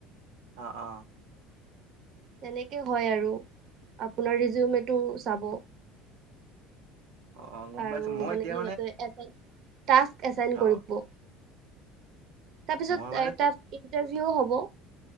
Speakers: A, on the right (about 85°); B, on the right (about 55°).
A: অ, অ।
B: তেনেকে হয় আৰু আপোনাৰ ৰিজিউমটো চাব।
A: অ গম
B: আৰু
A: পাইছো মই
B: মানে
A: এতিয়া
B: সিহঁতে টাস্ক এছাইন
A: অ
B: কৰিব। তাৰপিছত
A: মই মানে
B: এটা ইন্টাৰভিউ হ'ব।